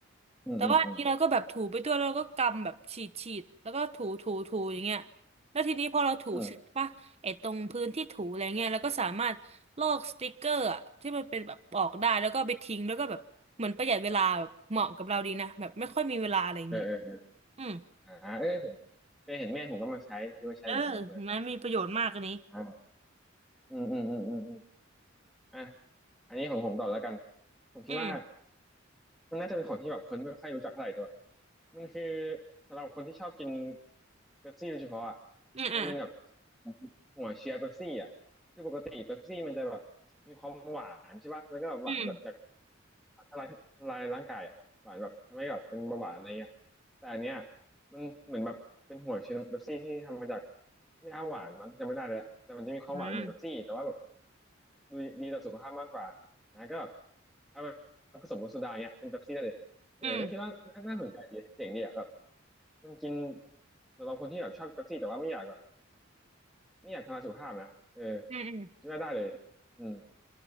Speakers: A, in the centre; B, on the right (about 30°).
A: อืมอืมอืม
B: แต่ว่าอันนี้เราก็แบบถูไปด้วยแล้วเราก็กำแบบฉีดฉีดแล้วก็ถูถูถูอย่างเงี้ยแล้วทีนี้พอเราถูเสร็จป่ะไอ้ตรงพื้นที่ถูอะไรเงี้ยเราก็สามารถลอกสติกเกอร์อะที่มันเป็นแบบออกได้แล้วก็เอาไปทิ้งแล้วก็แบบเหมือนประหยัดเวลาแบบเหมาะกับเราดีนะแบบไม่ค่อยมีเวลาอะไรอย่างงี้
A: อืมเออเออ
B: อืม
A: อ่าเอ้ยผมเคยเห็นแม่ผมก็มาใช้ซื้อมาใช้เหมือนกันคนนั้น
B: เออเห็นไหมมีประโยชน์มากอันนี้
A: อ่าอืมอืมอืมอืมอมอ่ะอันนี้ของผมต่อแล้วกัน ผมคิดว่า
B: อืม
A: มันน่าจะเป็นของที่แบบคนไม่ค่อยรู้จักเท่าไหร่แต่แบบมันคือสำหรับคนที่ชอบกินเป๊ปซี่โดยเฉพาะอ่ะ
B: อืมอ่ะ
A: มันจะเป็นแบบหัวเชียร์เป๊ปซี่อ่ะคือปกติเป๊ปซี่มันจะแบบมีความหวานใช่ป่ะแล้วก็แบบหวานแบบจาก
B: อืม
A: ทำลายทำลายร่างกายอ่ะหวานแบบทำให้แบบเป็นเบาหวานอะไรเงี้ยแต่อันเนี้ยมันเหมือนแบบเป็นหัวเชียร์เป๊ปซี่ที่ทำมาจากหญ้าหวานมันจำไม่ได้แล้วแต่มันจะมีความหวานเหมือนเป๊ปซี่แต่ว่าแบบ
B: อืม
A: ดีดีต่อสุขภาพมากกว่านะก็แบบเอา ผสมกับโซดาเนี่ยเป็นเป๊ปซี่ได้เลยเออก็คิดว่าน่าน่าสนใจดีเจ๋งดีอ่ะแบบ
B: อืม
A: มันกินสำหรับคนที่แบบชอบเป๊ปซี่แต่ว่าไม่อยากแบบไม่อยากทำลายสุขภาพนะเออ
B: อืมอืม
A: คิดว่าได้เลยอืม